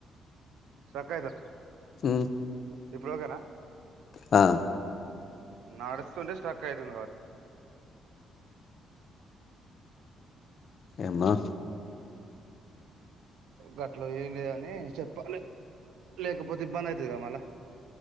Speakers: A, on the right (about 85°); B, on the left (about 55°).
A: స్టక్ అయిత
B: ఊ
A: ఇప్పుడు ఓకేనా
B: ఆ
A: నడుస్తుంటే స్టక్ అయితుంది కావ
B: ఏమో
A: గట్ల ఏం లేదని చెప్పాలి లేకపోతే ఇబ్బంది అయితది గా మళ్ళా